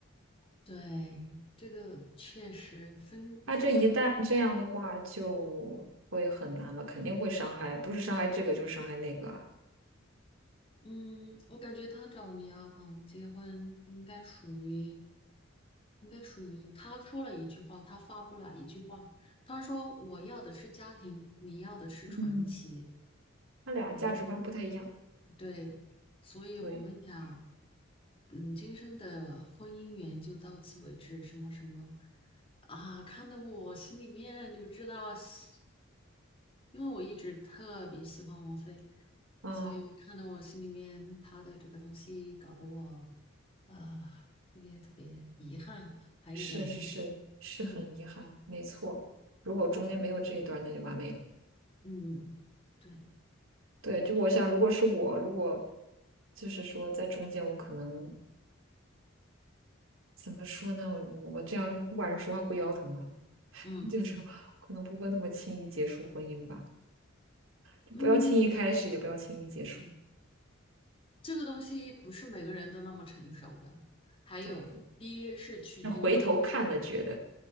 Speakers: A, on the left (about 25°); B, on the right (about 75°).
A: 对，这个确实分分了。
B: 他这一旦这样的话，就会很难了，肯定会伤害，不是伤害这个就是伤害那个啊。
A: 嗯，我感觉他找李亚鹏结婚，应该属于，应该属于他说了一句话，他发布了一句话，他说我要的是家庭，你要的是传奇。
B: 嗯，他俩价值观不太一样。
A: 嗯，对，所以我们俩。
B: 对，
A: 嗯，今生的婚姻缘就到此为止，什么什么啊，看得我心里面你就知道喜，因为我一直特别喜欢王菲，
B: 嗯，
A: 所以看得我心里面她的这个东西搞得我呃特别特别遗憾，还有点难。
B: 是是是，是很遗憾，
A: 嗯
B: 没错。如果中间没有这一段，那就完美了。
A: 嗯，对，
B: 对，
A: 嗯
B: 就我想，如果是我，如果就是说在中间，我可能怎么说呢？我我这样晚上说话不腰疼啊，
A: 嗯
B: <laughs> 就是可能不会那么轻易结束婚姻吧，就不要轻易开始，
A: 嗯，
B: 也不要轻易结束。
A: 这个东西不是每个人都那么成熟的。还有，
B: 对对。
A: 第一是取决于他的。
B: 那回头看了，觉得，